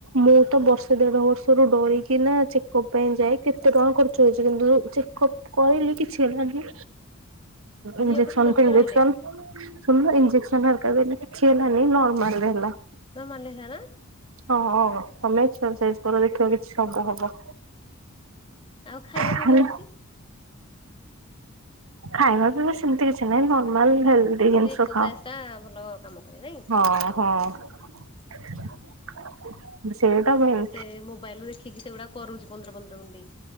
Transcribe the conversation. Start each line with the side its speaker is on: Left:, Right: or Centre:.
Right: ମୁଁ ତ ବର୍ଷେ ଦେଢ଼ ବର୍ଷରୁ ଡରିକି ନା ଚେକଅପ୍ ପାଇଁ ଯାଏ କେତେ ଟଙ୍କା ଖର୍ଚ୍ଚ ହେଇଛି କିନ୍ତୁ ଚେକପ୍ କହିଲି କିଛି ହେଲାନି
Left: ଝିଅ
Right: ଇଞ୍ଜେକ୍ସନ୍
Left: କେତେ ମାସରେ
Right: ଫିଞ୍ଜେକ୍ସନ।
Left: ରହିଲେ
Right: ସୁଣୁନୁ ଇନ୍ଜେକସନ ହେରିକା ଦେଲି କିଛିହେଲାନି ନର୍ମାଲରେ ହେଲା।
Left: ନର୍ମାଲ ହେଲା ନା
Right: ହଁ ତମେ ଏକ୍ସରଶାଇଜ କର ଦେଖିବ କିଛି ସବୁ ହବ।
Left: ଆଉ ଖାଇବା
Right: ଖାଲି
Left: ପିଇବା ଏମିତି
Right: ଖାଇବା ପିଇବା ସେମିତି କିଛି ନାହିଁ ନର୍ ମାଲ୍ ହେଲଦି
Left: କିନ୍ତୁ
Right: ଜିନିଷ
Left: ଏକ୍ସରସାଇଜ
Right: ଖାଅ
Left: ଟା ଭଲ କାମ କରେ ନାଇଁ
Right: ହଁ ହଁ। <inaudible> ମେନ୍
Left: ମୁଁ ସେ ମୋବାଇଲରୁ ଦେଖିକି ସେଗୁଡ଼ା କରୁଛି ପନ୍ଦର ପନ୍ଦର ମିଣ୍ଟି।